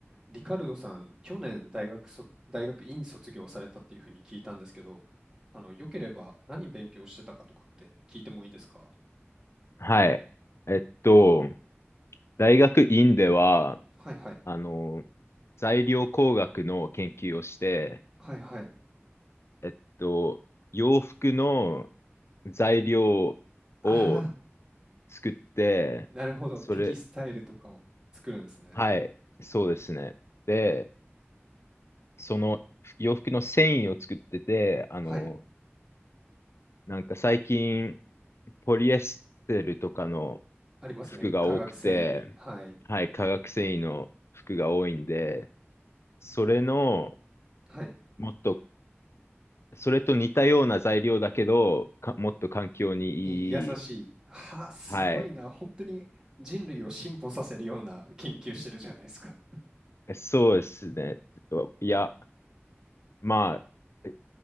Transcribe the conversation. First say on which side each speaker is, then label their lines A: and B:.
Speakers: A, on the right (about 15°); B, on the left (about 70°).
A: リカルドさん、去年大学そ、大学院卒業されたっていうふうに聞いたんですけど、あの、よければ何勉強してたかとかって聞いてもいいですか
B: はい。えっと、大学院では、
A: はいはい。
B: あの、材料工学の研究をして、
A: はいはい。
B: えっと、洋服の材料を
A: ああ、
B: 作って、
A: なるほど。
B: それ、
A: テキスタイルとかを作るんですね。
B: はい、そうですね。で、その洋服の繊維を作ってて、あの、
A: はい。
B: なんか最近、ポリエステルとかの
A: ありますね。
B: 服が多くて、
A: 化学繊維。はい。
B: はい、化学繊維の服が多いんで、それの、
A: はい。
B: もっと、それと似たような材料だけど、かもっと環境にいい。
A: に優しい。はあ、すごいな。
B: はい。
A: 本当に人類を進歩させるような研究してるじゃないですか。
B: そうですね。いや、まあ、